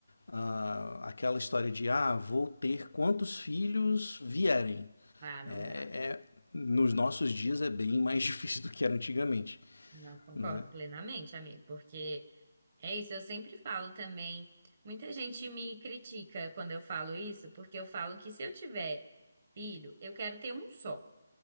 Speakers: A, on the left; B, on the right.
A: ah, aquela história de, ah, vou ter quantos filhos vierem.
B: Ah, não
A: É, é-
B: dá.
A: nos nossos dias é bem mais <laughs> difícil do que era antigamente,
B: Não concordo
A: né?
B: plenamente, amigo, porque é isso, eu sempre falo também. Muita gente me critica quando eu falo isso, porque eu falo que se eu tiver filho, eu quero ter um só.